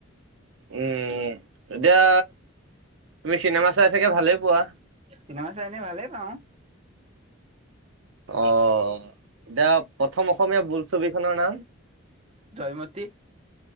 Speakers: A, on the right; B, on the right.
A: উম এতিয়া তুমি চিনেমা চাই চাগে ভালেই পোৱা
B: চিনেমা চাইনে ভালেই পাওঁ।
A: অ এতিয়া প্ৰথম অসমীয়া বোলছবিখনৰ নাম।
B: জয়মতী।